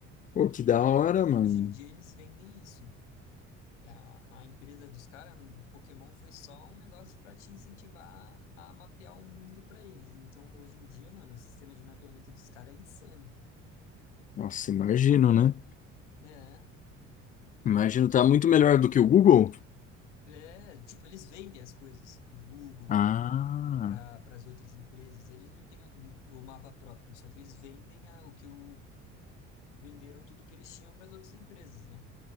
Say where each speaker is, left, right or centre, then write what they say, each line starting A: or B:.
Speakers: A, on the left; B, on the left.
A: pô, que da hora, mano.
B: Hoje em dia eles vendem isso. A, a empresa dos caras, o Pokémon foi só um negócio para te incentivar a mapear o mundo para eles. Então, hoje em dia, mano, o sistema de mapeamento dos caras é insano.
A: Nossa, imagino, né?
B: né
A: Imagino, tá muito melhor do que o Google?
B: É, tipo, eles vendem as coisas pro Google,
A: Ah,
B: pro, para as outras empresas. Eles não têm o, o mapa próprio, só que eles vendem a- o que o, venderam tudo que eles tinham para as outras empresas, né?